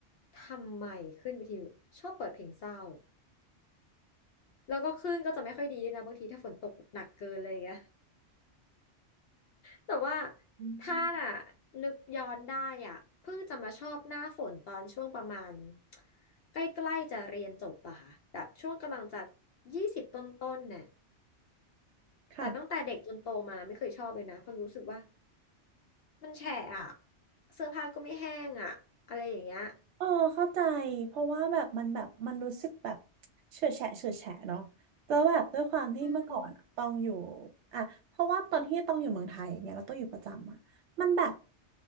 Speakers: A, on the left (about 65°); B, on the right (about 75°).
A: ทำไมคลื่นวิทยุชอบเปิดเพลงเศร้าแล้วก็คลื่นก็จะไม่ค่อยดีด้วยนะบางทีถ้าฝนตกหนักเกินเลยไง แต่ว่า
B: อืม
A: ถ้าน่ะนึกย้อนได้อ่ะเพิ่งจะมาชอบหน้าฝนตอนช่วงประมาณใกล้ๆจะเรียนจบอะค่ะแบบช่วงกำลังจะยี่สิบต้นๆน่ะ
B: ค่ะ
A: แต่ตั้งแต่เด็กจนโตมาไม่เคยชอบเลยนะเพราะรู้สึกว่ามันแฉะอะเสื้อผ้าก็ไม่แห้งอะอะไรอย่างเงี้ย
B: เออเข้าใจเพราะว่าแบบมันแบบมันรู้สึกแบบเฉื่อยแฉะเฉื่อยแฉะเนาะแล้วแบบด้วยความที่เมื่อก่อนอะตองอยู่
A: อืม
B: อ่ะเพราะว่าตอนที่ตองอยู่เมืองไทยอย่างเงี้ยแล้วตองอยู่ประจำอะมันแบบ